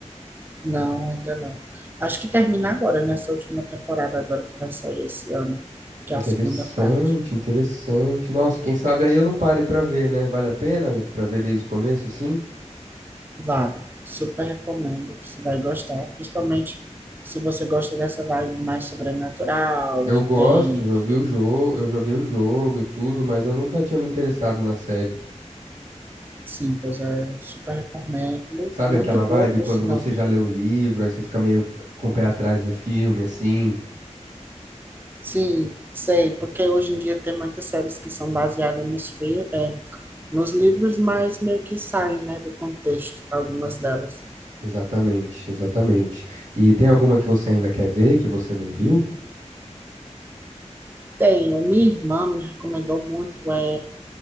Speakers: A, on the right; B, on the right.
A: Não, ainda não. Acho que termina agora, nessa última temporada, agora que vai sair esse ano, que
B: Interessante,
A: é a segunda parte.
B: interessante. Nossa, quem sabe aí eu não pare pra ver, né? Vale a pena pra ver desde o começo, assim?
A: Vale, super recomendo, você vai gostar, principalmente se você gosta dessa vibe mais sobrenatural,
B: Eu
A: que
B: gosto,
A: tem,
B: eu vi o jogo, eu joguei o jogo e tudo, mas eu nunca tinha me interessado na série.
A: sim, pois é, eu super recomendo,
B: Sabe
A: muito
B: aquela
A: boa,
B: vibe
A: por
B: quando
A: sinal.
B: você já leu o livro, aí você fica meio com o pé atrás no filme, assim?
A: Sim, sei, porque hoje em dia tem muitas séries que são baseadas nos, fi- é, nos livros, mas meio que saem, né, do contexto, algumas delas.
B: Exatamente, exatamente. E tem alguma que você ainda quer ver, que você não viu?
A: Tem, minha irmã me recomendou muito, é